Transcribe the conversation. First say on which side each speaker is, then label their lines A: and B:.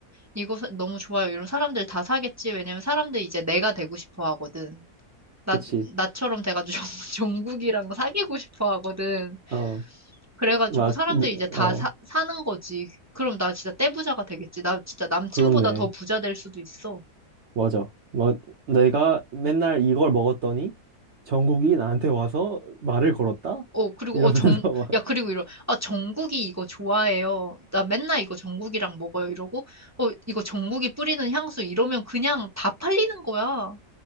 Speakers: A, on the right; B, on the right.
A: 이거 사- 너무 좋아요. 이런 사람들 다 사겠지. 왜냐면 사람들 이제 내가 되고 싶어 하거든. 나,
B: 그치.
A: 나처럼 돼가지고 <laughs> 종- 국이랑 사귀고 싶어 하거든.
B: 어,
A: 그래가지고
B: 막,
A: 사람들이
B: 네,
A: 이제 다
B: 어,
A: 사, 사는 거지. 그럼 나 진짜 떼부자가 되겠지. 나 진짜 남친보다
B: 그렇네.
A: 더 부자 될 수도 있어.
B: 맞아. 막, 내가 맨날 이걸 먹었더니 정국이 나한테 와서 말을 걸었다?
A: 어, 그리고,
B: 이러면서
A: 어, 정,
B: <laughs>
A: 야, 그리고 이러, 아, 정국이 이거 좋아해요. 나 맨날 이거 정국이랑 먹어요. 이러고, 어, 이거 정국이 뿌리는 향수 이러면 그냥 다 팔리는 거야.